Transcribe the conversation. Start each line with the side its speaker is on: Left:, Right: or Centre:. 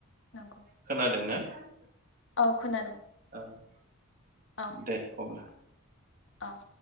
Left: नंगौ
Right: खोनादों ना <unintelligible>
Left: औ खोनादों
Right: औ
Left: औ
Right: दे अब्ला
Left: नंगौ औ